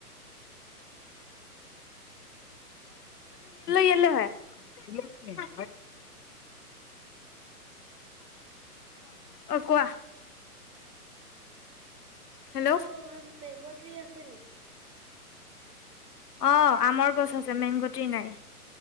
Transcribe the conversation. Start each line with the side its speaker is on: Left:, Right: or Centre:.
Left: য়েল্লো হে। অঁ অঁ কোৱা। হেল্ল'
Right: তোমালোকৰ ঘৰত নাই। মেংগ' ট্ৰি আছে নেকি?
Left: অঁ, আমৰ গছ আছে মেংগটি নাই।